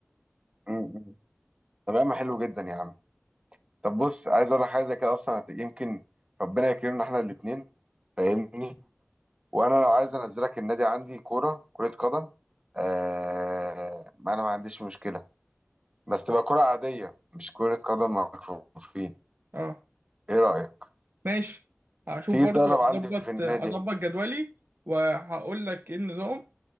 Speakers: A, on the right; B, on the right.
A: م- م. تمام حلو جدا يا عم طب بص عايز اقول لك حاجة كده اصلا هت- يمكن ربنا يكرمنا احنا الاتنين فاهمني وانا لو عايز انزلك النادي عندي كورة كرة قدم آه... ما انا ما عنديش مشكلة بس تبقى كرة عادية مش كرة قدم مكفوفين
B: اه
A: ايه رأيك
B: ماشي هشوف
A: تيجي
B: برضو
A: تدرب عندي
B: اظبط
A: في النادي
B: اظبط جدولي وهقول لك ايه النظام